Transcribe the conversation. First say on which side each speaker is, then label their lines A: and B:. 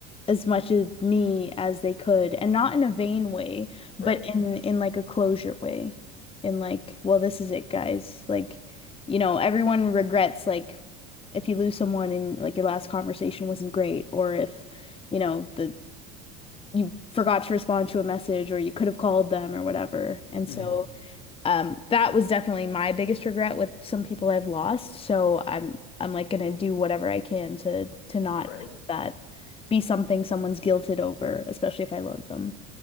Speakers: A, on the left; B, on the left.
A: as much of me as they could, and not in a vain way, but
B: Right.
A: in in like a closure way. In like, well, this is it, guys. Like, you know, everyone regrets like if you lose someone and like your last conversation wasn't great, or if you know the you forgot to respond to a message or you could have called them or whatever. And
B: hmm
A: so um, that was definitely my biggest regret with some people I've lost. So I'm I'm like gonna do whatever I can to to not
B: Right.
A: have that be something someone's guilted over, especially if I love them.